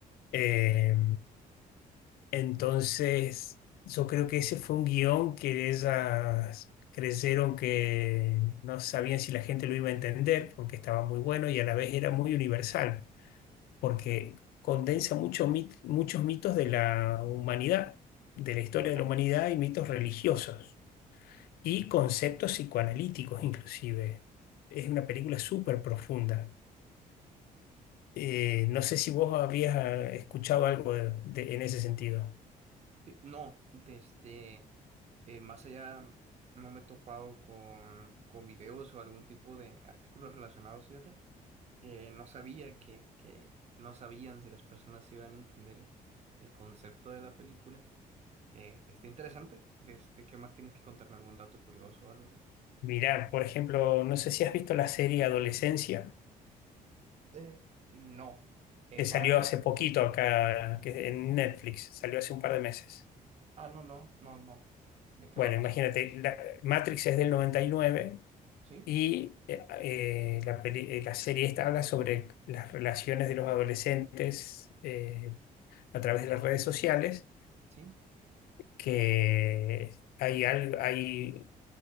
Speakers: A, on the left; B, on the right.
A: Eh, entonces yo creo que ese fue un guión que ellas creyeron que no sabían si la gente lo iba a entender porque estaba muy bueno y a la vez era muy universal porque condensa mucho mit- muchos mitos de la humanidad, de la historia de
B: ajá.
A: la humanidad y mitos religiosos. y conceptos psicoanalíticos inclusive. Es una película súper profunda. Eh, no sé si vos habías escuchado algo de- de- en ese sentido.
B: Sí, No, desde... eh, más allá no me he topado con, con videos o algún tipo de artículos relacionados, fíjate. Eh, no sabía que, que no sabían si las personas iban a entender el concepto de la película. Eh, está interesante. Este, ¿qué más tienes que contarme? ¿Algún dato curioso o algo así?
A: Mirá, por ejemplo, no sé si has visto la serie Adolescencia,
B: Eh, no, eh,
A: que salió
B: va de...
A: hace poquito acá, que en Netflix, salió hace un par de meses.
B: Ah, no, no, no, no. ¿De qué
A: Bueno,
B: va más
A: imagínate,
B: o menos?
A: la- Matrix es del 99 y nueve
B: ¿Sí?
A: y eh, eh, la, peli- eh, la serie esta habla sobre las relaciones de los adolescentes eh, a través de las redes sociales
B: ¿Sí?
A: que hay, al- hay